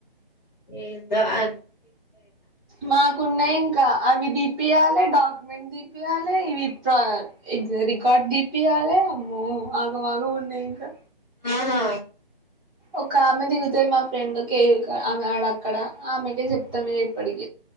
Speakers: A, on the left; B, in the centre.
A: ఏందొ అ
B: మాకున్నాయి ఇంకా అవి తీపియాలి డాక్యుమెంట్ దీపియాలి ఇవి ప్ర రికార్డ్ దీపియాలి అమ్మో ఆగమాగ ఉన్నాయి ఇంకా
A: అవునా
B: ఒక ఆమె దిగుతాంది మా ఫ్రెండ్క ఆమెడ అక్కడ ఆమెకే చెప్తాం ఇప్పటిక